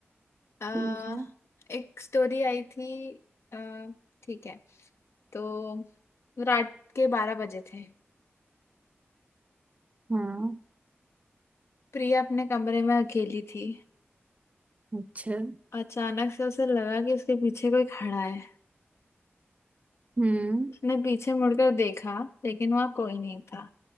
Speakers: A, on the left; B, on the right.
A: आ,
B: ठीक है
A: एक स्टोरी आई थी आ, ठीक है तो रात के बारह बजे थे
B: हाँ
A: प्रिया अपने कमरे में अकेली थी
B: अच्छा
A: अचानक से उसे लगा कि उसके पीछे कोई खड़ा है
B: हम्म
A: उसने पीछे मुड़कर देखा लेकिन वहां कोई नहीं था